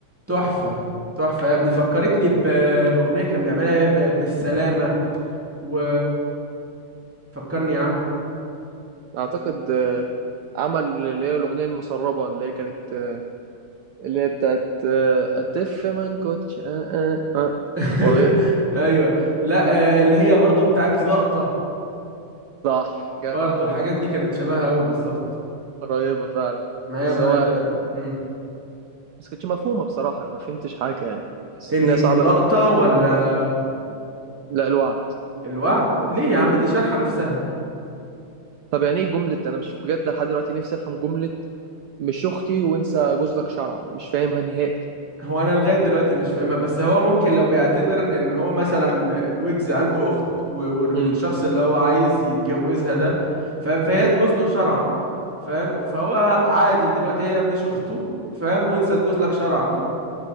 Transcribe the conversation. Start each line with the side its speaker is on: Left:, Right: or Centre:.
Centre: تحفه تحفه يا ابني فكرتني ب... باغنيه كان بيعملها ب... بالسلامه و فكرني يا عم
Right: اعتقد آه، عمل اللي هي الأغنية المسربة اللي هي كانت آه، اللي هي بتاعت آه، أتف منكوتش آه آه آه
Centre: <laughs>
Right: قريبة
Centre: ايوه لا آه، اللي هي برضو بتاعت لقطة
Right: صح جدع
Centre: برضو الحاجات دي كانت شبهها قوي بالظبط
Right: قريبة فعلا
Centre: ما
Right: بس
Centre: هي ب...
Right: هو
Centre: مم.
Right: بس كانتش مفهومة بصراحة أنا ما فهمتش حاجة يعني حسيت
Centre: انهي
Right: إن هي صعبة
Centre: لقطة ولا
Right: لا الوعد
Centre: الوعد ليه يا عم
Right: م.
Centre: دي شارحة نفسها
Right: طب يعني إيه جملة أنا مش بجد لحد دلوقتي نفسي أفهم جملة مش أختي وانسى جوزلك شرعا مش فاهمها نهائي
Centre: هو انا لغاية دلوقتي مش فاهمها بس هو ممكن لو بيعتبر ان هو مثلا ويجز عنده اخت و- والشخص
Right: م.
Centre: اللي هو عايز يتجوزها ده فاهم فهي
Right: م.
Centre: تجوز له شرعا فاهم فهو عادي دلوقتي هي مش اخته فاهم وانسى تجوز لك شرعا فاهم